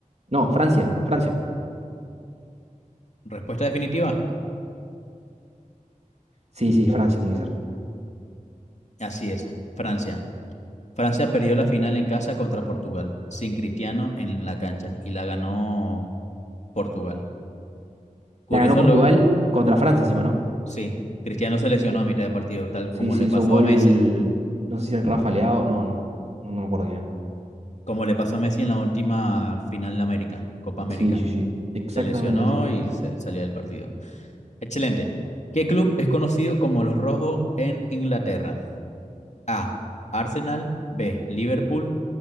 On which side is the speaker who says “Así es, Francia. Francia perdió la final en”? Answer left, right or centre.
Left